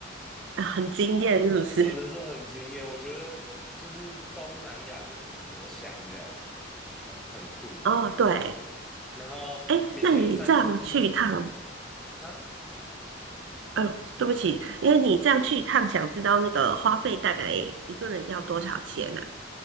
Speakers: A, on the right; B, in the centre.
A: 啊很惊艳是不是？
B: 真的是很惊艳。我觉得就是东南亚就是很多香料，很很酷。
A: 哦，对，
B: 然后米其林三星就是
A: 哎，那你这样去一趟，
B: 啊，
A: 呃，对不起，因为你这样去一趟，想知道那个花费大概一个人要多少钱呢、